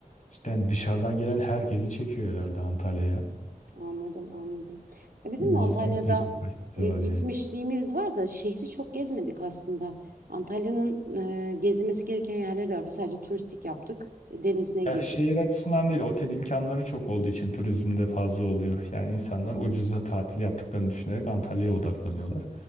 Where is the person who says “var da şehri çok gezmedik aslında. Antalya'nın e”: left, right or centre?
Right